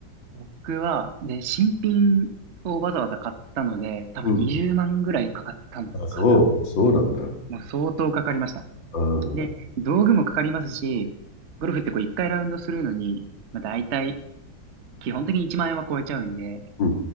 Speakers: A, on the right; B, on the left.
A: 僕は、で、新品をわざわざ買ったので、多分20万ぐらいかかったのかな。
B: うん。あ、そう、そうなんだ。
A: もう相当かかりました。
B: ああ、うん
A: で、道具もかかりますし、ゴルフってこう1回ラウンドするのに、まあ大体、基本的に1万円は超えちゃうんで、
B: うんう